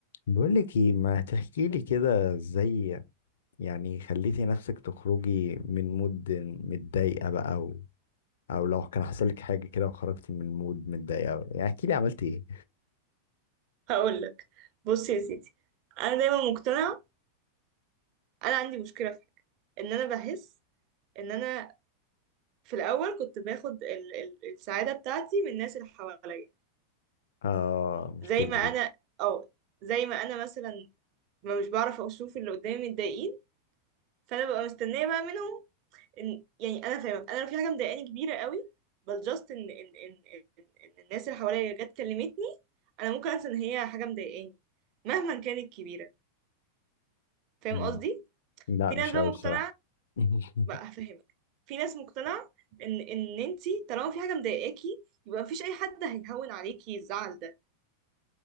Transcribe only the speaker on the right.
هقول لك بص يا سيدي انا دايما مقتنعه انا عندي مشكله في حاجه ان انا بحس ان انا في الاول كنت باخد ال ال السعاده بتاعتي من الناس اللي حواليا
زي ما انا
اه زي ما انا مثلا ما مش بعرف اشوف اللي قدامي متضايقين فانا ببقى مستنيه بقى منهم إن يعني انا فاهمه انا لو في حاجه مضايقاني كبيره قوي بل جاست ان ان ان ان إن الناس اللي حواليا جت كلمتني انا ممكن انسى ان هي حاجه مضايقاني مهما كانت كبيره فاهم
قصدي
في
ناس بقى
مقتنعه
بقى هفهمك في ناس مقتنعة ان ان انتي طالما في حاجة مضايقاكي يبقى مفيش اي حد هيهون عليكي الزعل ده